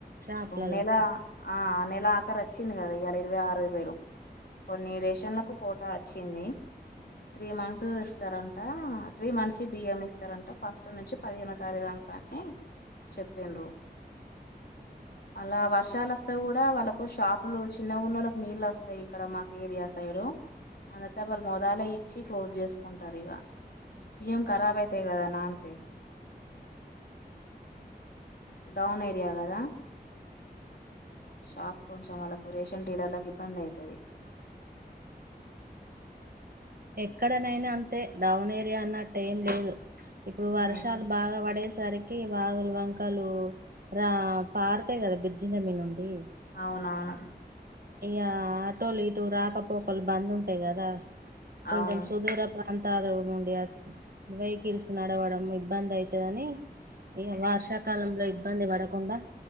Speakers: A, on the right; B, on the left.
A: షాప్లల్లకా
B: నెల ఆ నెల ఆఖరు అచ్చింది కదా ఇయాళ ఇరవై ఆరు ఇరవైరు కొన్ని రేషన్లకు కోటా అచ్చింది త్రీ మంత్స్ ఇస్తారంట త్రీ మంత్స్ బియ్యం ఇస్తారంట ఫస్టు నుంచి పదిహేనో తారీఖు దాంకాని ని చెప్పిండ్రు మళ్ళా వర్షాలస్ తే కూడా వాళ్ళకు షాపులు చిన్నగున్నోళ్ళకి నీళ్ళు వస్తాయి ఇక్కడ మాకు ఏరియా సైడు అందుకని వాళ్ళు మోదాలే ఇచ్చి క్లోస్ చేసుకుంటారు ఇగ బియ్యం ఖరాబ్ ఐతాయి కదా నానితే డౌన్ ఏరియా గదా షాప్ కొంచెం వాళ్లకు రేషన్ డీలర్లకు ఇబ్బంది ఐతది
A: ఎక్కడనైనా అంతే డౌన్ ఏరియా అన్నట్టు ఏం లేదు ఇప్పుడు
B: ఉమ్
A: వర్షాలు బాగా పడే సరికి వాగులు వంకాలు రా పారుతాయి కదా బిర్జిలమి నుండి
B: అవునవును
A: ఇగ ఆటోలు ఇటు రాకపోకలు బంద్ ఉంటాయి గదా కొంచెం
B: అవును
A: సుదూర ప్రా అంతాలు నుండి వెహికల్స్ నడవడం ఇబ్బంది ఐతాయని ఇగ వర్షాకాలంలో ఇబ్బంది పడ కుండా